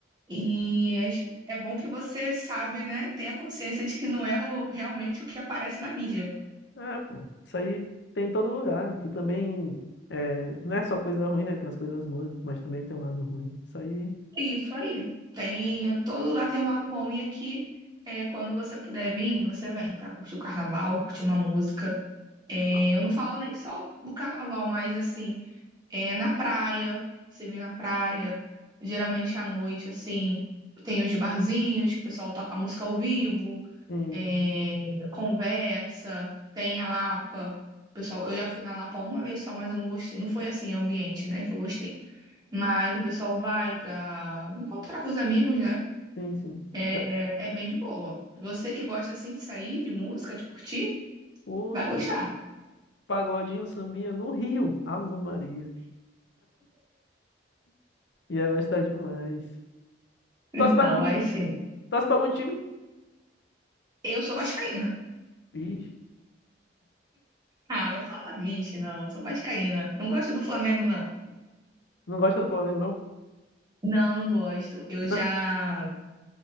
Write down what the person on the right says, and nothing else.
E é, é bom que você sabe, né, tem a consciência de que não é o- realmente o que aparece na mídia.
É Isso aí, tem, é, todo lugar tem um lado bom. E aqui, é, quando você puder vir, você vem pra curtir o carnaval, curtir uma música. É,
eu não falo nem só do carnaval, mas assim. É, na praia, você vir na praia, geralmente à noite, assim, tem os barzinhos que o pessoal toca música ao vivo,
é, conversa, tem a Lapa. Pessoal, eu já fui na Lapa uma vez só, mas eu não gostei. Não foi assim, ambiente, né, que eu gostei. Mas o pessoal vai pra encontrar com os amigos, né?
É,
é bem de boa. Você que gosta assim de sair, de música, de curtir,
vai gostar.
Então,
vai
sim.
Eu sou vascaína.
Ah, não fala vixe, não. Eu sou vascaína. Não gosto do Flamengo, não.
Não, não gosto. Eu já.